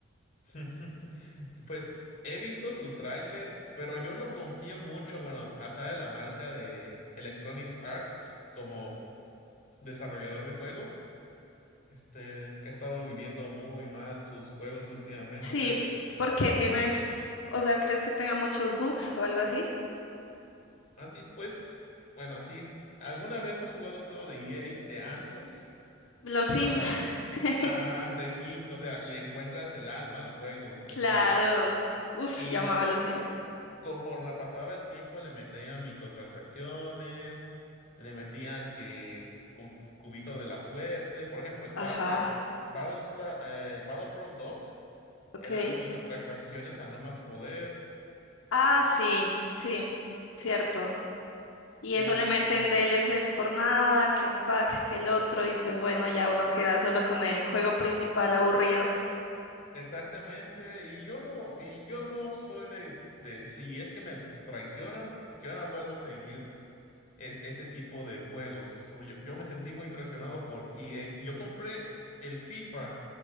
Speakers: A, on the left; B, on the left.
A: <laughs> Pues he visto su tráiler, pero yo no confío mucho, bueno, a saber la marca de Electronic Arts como desarrollador de juegos. Este, he estado viviendo muy mal sus juegos últimamente.
B: Sí,
A: pues, Este,
B: porque tienes, o sea, ¿crees que tenga muchos bugs o algo así?
A: más bien, pues, bueno, si alguna vez has jugado un juego de EA de antes,
B: Los
A: nota,
B: Sims. <laughs>
A: ajá, de Sims, o sea, le encuentras el alma al juego, este,
B: Claro.
A: es-
B: Uf,
A: y
B: yo amaba
A: luego
B: los Sims.
A: conforme pasaba el tiempo le metían microtransacciones, le metían que cu- cubito de la suerte, por ejemplo, Star
B: Ajá,
A: es Battlestar, eh, Battlefront 2
B: ok.
A: eran microtransacciones a no más poder
B: Ah, sí, sí, cierto. Y
A: y
B: eso le meten D L DLCs por nada, que un pack, que el otro, y pues bueno, ya uno queda solo con el juego principal aburrido.
A: exactamente y yo no y yo no soy de de si es que me traicionan, yo no vuelvo a seguir e- ese tipo de juegos. So, yo, yo me sentí muy traicionado por EA. Yo compré el FIFA